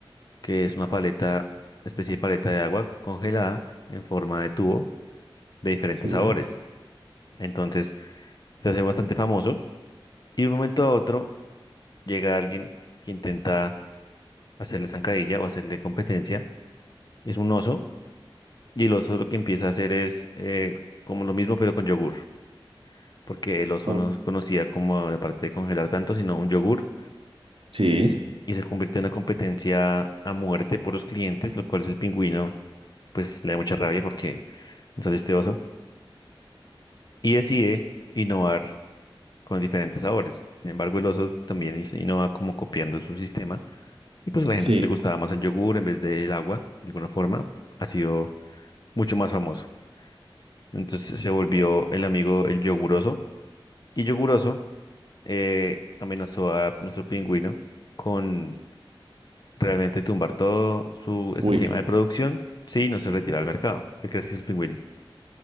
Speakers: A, on the left; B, on the right.
A: que es una paleta, especie de paleta de agua congelada en forma de tubo de diferentes
B: Sí.
A: sabores. Entonces se hace bastante famoso y de un momento a otro llega alguien que intenta hacerle zancadilla o hacerle competencia. Es un oso y el oso lo que empieza a hacer es eh, como lo mismo pero con yogur. porque el oso
B: Oh,
A: no se conocía como la parte de congelar tanto, sino un yogur,
B: sí,
A: y se convierte en una competencia a muerte por los clientes, lo cual es el pingüino, pues le da mucha rabia porque no sale este oso, y decide innovar con diferentes sabores. Sin embargo, el oso también hizo- innova como copiando su sistema, y pues a la gente
B: sí.
A: que le gustaba más el yogur en vez del agua, de alguna forma, ha sido mucho más famoso. Entonces se volvió el amigo el yoguroso, y yoguroso eh, amenazó a nuestro pingüino con realmente tumbar todo su esquema
B: Uy,
A: de producción si no se retira al mercado. ¿Qué crees que es el pingüino?